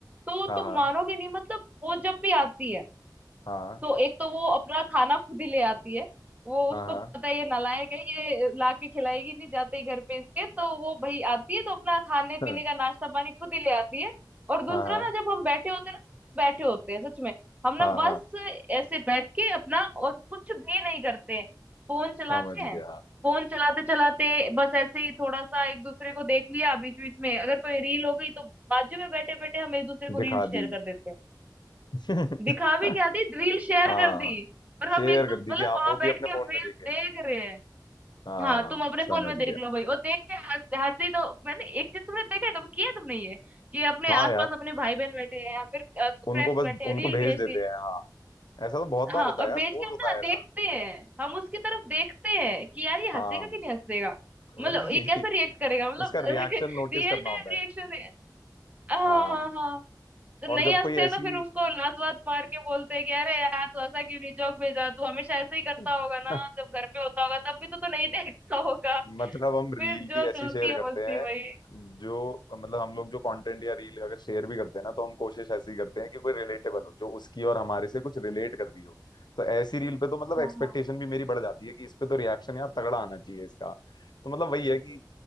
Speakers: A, on the right (about 20°); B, on the left (about 75°).
A: तो तुम
B: हाँ हाँ
A: मानोगे नहीं मतलब वो जब भी आती है
B: हाँ
A: तो एक तो वो अपना खाना खुद ही ले आती है वो
B: हाँ
A: उसको
B: हाँ
A: पता है ये नालायक है ये ला के खिलाएगी नहीं जाते ही घर पे इसके तो वो भाई आती है तो अपना खाने पीने
B: हाँ
A: का नाश्ता पानी खुद ही ले आती है और दूसरा
B: हाँ
A: ना जब हम बैठे होते हैं ना सिर्फ बैठे होते हैं सच में हम ना
B: हाँ हाँ,
A: बस
B: हाँ,
A: ऐसे बैठ के अपना और कुछ भी नहीं करते हैं फोन चलाते
B: समझ
A: हैं
B: गया
A: फोन चलाते चलाते बस ऐसे ही थोड़ा सा एक दूसरे को देख लिया बीच बीच में अगर कोई रील हो गई तो बाजू में बैठे बैठे हम एक दूसरे को
B: दिखा
A: रील शेयर
B: दी
A: कर देते हैं
B: <laughs>
A: दिखा भी क्या दी रील शेयर
B: हाँ
A: कर दी और हम
B: शेयर
A: एक दूसरे
B: कर दी
A: मतलब
B: कि आप
A: वहां
B: वो
A: बैठ
B: भी अपने
A: के हम
B: फोन
A: रील
B: में देखे
A: देख रहे हैं
B: हाँ
A: हाँ तुम अपने
B: समझ
A: फोन में देख
B: गया
A: लो भाई और देख के हंस हंसी तो मैंने एक चीज तुमने देखा है कभी किया है तुमने ये कि अपने
B: हाँ
A: आसपास
B: यार
A: अपने भाई बहन बैठे हैं या फिर फ्रेंड्स
B: उनको बस
A: बैठे हैं
B: उनको
A: रील
B: भेज
A: भेज
B: देते
A: दी
B: हैं हाँ ऐसा तो बहुत
A: हाँ
B: बार होता
A: और
B: है
A: भेज
B: यार रोज
A: के हम
B: होता
A: ना
B: है
A: देखते
B: ऐसा
A: हैं हम उसकी तरफ देखते हैं कि यार ये
B: हाँ
A: हंसेगा कि नहीं हंसेगा मतलब
B: वही
A: ये कैसे
B: <laughs>
A: रिएक्ट करेगा मतलब
B: उसका
A: <laughs>
B: रिएक्शन नोटिस
A: रियल
B: करना
A: टाइम
B: होता
A: रिएक्शन
B: है
A: है हाँ
B: हाँ
A: हाँ हाँ जब
B: और
A: नहीं
B: जब
A: हंसते
B: कोई ऐसी
A: तो फिर उसको लात वात मार के बोलते हैं कि अरे यार तू ऐसा क्यों नहीं जोक भेजा तू हमेशा ऐसे ही करता
B: <laughs>
A: होगा ना जब घर पे होता होगा तब भी तो तू नहीं <laughs> देखता होगा
B: मतलब हम रील
A: फिर जो
B: भी ऐसी
A: चलती
B: शेयर
A: है
B: करते
A: मस्ती
B: हैं
A: वही
B: जो मतलब हम लोग जो कंटेंट या रील अगर शेयर भी करते हैं ना तो हम कोशिश ऐसी करते हैं कि कोई रिलेटेबल हो जो उसकी और हमारे से कुछ रिलेट कर रही हो तो ऐसी रील पे तो मतलब
A: हाँ
B: एक्सपेक्टेशन
A: हाँ
B: भी मेरी बढ़ जाती है कि इस पे तो रिएक्शन यार तगड़ा आना चाहिए इसका तो मतलब वही है कि